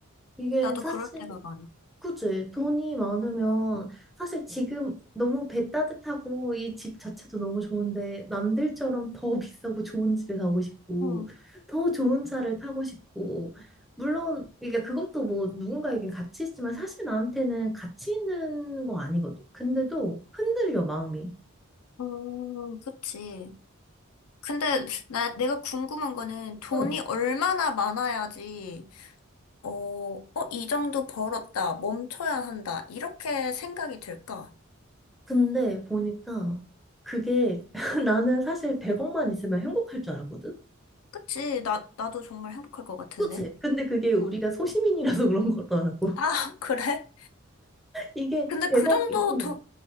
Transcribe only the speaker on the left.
나도
그럴 때가 많아.
응.
음, 그치. 근데
나 내가 궁금한 거는 돈이
얼마나 많아야지 어, 어, 이 정도 벌었다, 멈춰야 한다 이렇게 생각이 들까?
그치? 나 나도 정말 행복할 것 같은데.
응.
아, <laughs> 그래?
근데
그 정도
더,